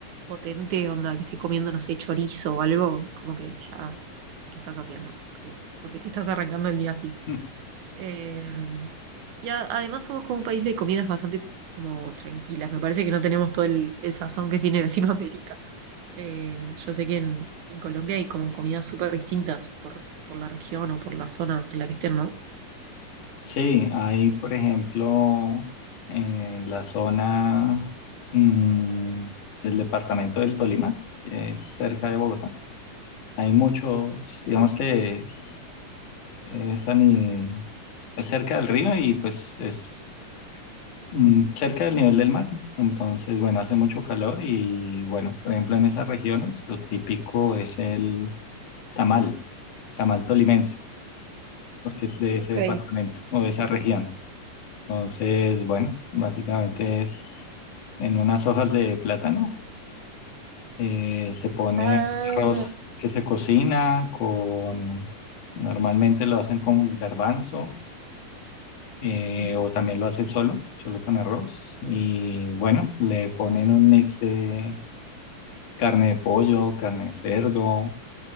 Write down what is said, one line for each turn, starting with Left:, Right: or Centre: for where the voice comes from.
Right: potente, onda, que esté comiendo, no sé, chorizo o algo, es como que ya, ¿qué estás haciendo? ¿Por qué? ¿Por qué te estás arrancando el día así?
Left: <laughs>
Right: Eh, y a- además somos como un país de comidas bastante como tranquilas. Me parece que no tenemos todo el, el sazón que tiene <laughs> Latinoamérica. Eh, yo sé que en, en Colombia hay como comidas súper distintas por, por la región o por la zona en la que estén, ¿no?
Left: Sí, hay por ejemplo en la zona mm, del departamento del Tolima, que es cerca de Bogotá, hay muchos, digamos que es es a ni- es cerca del río y pues es mm, cerca del nivel del mar. Entonces, bueno, hace mucho calor y bueno, por ejemplo, en esas regiones lo típico es el tamal, tamal tolimense, porque es de
Right: Ok.
Left: ese departamento o de esa región. Entonces, bueno, básicamente es en unas hojas de plátano, eh, se pone
Right: Ah,
Left: arroz que se cocina con, normalmente lo hacen con garbanzo eh,
Right: ujú.
Left: o también lo hacen solo, solo con arroz. Y bueno, le ponen un mix de carne de pollo, carne de cerdo,